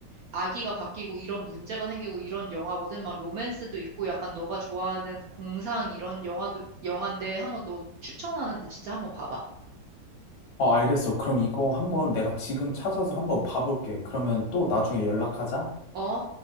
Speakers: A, on the right (about 70°); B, on the left (about 55°).
A: 아기가 바뀌고 이런 문제가 생기고 이런 영화거든. 막 로맨스도 있고 약간 너가 좋아하는 공상 이런 영화도 영화인데 한번 너 추천하는데 진짜 한번 봐봐.
B: 어, 알겠어. 그럼 이거 한번 내가 지금 찾아서 한번 봐볼게. 그러면 또 나중에 연락하자.
A: 어.